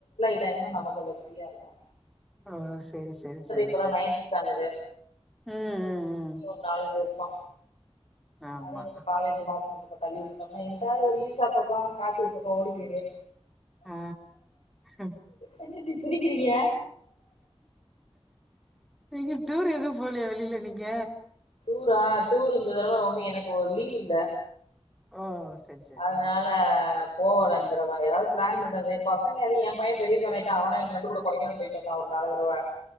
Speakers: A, on the left (about 70°); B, in the centre.
A: விட்டாங்கன்னா நம்ம கொஞ்ச ஃப்ரீயா இருக்கு
B: ஆ செரி செரி செரி
A: இப்பதா
B: செரி
A: நைன்து ஸ்டாண்டர்டு
B: ம் ம்
A: இன்ன ஒரு நாலஞ்சு வருஸோ
B: ம் ஆமா
A: அதையு ஒரு காலேஜ் ஹாஸ்டல் பக்கோ தள்ளிவிட்டோம்னா எங்ட்டாவது ஒரு ஈசா பக்க காசிய பக்க ஓடி போயிருவே
B: ஆ அ
A: என்ன இப்டி சிரிக்கிறீங்க
B: எங்யு டூர் எது போலியா வெளில நீங்க
A: டூரா டூர் இந்த தடவ ஒன்னு எனக்கு ஒ லீவு இல்ல
B: ஆ ஸ் செரி செரி
A: அதனால போவல இந்தறவ ஏதாவது பிளான் பண்ணது பசங்க எதயு ஏ பைய பெரிய பையனாயிட்டா அவனா எ ஃப்ரெண்டு கூட கொடைக்கானல் போயிட்டு வந்தா ஒருனா பல தடவ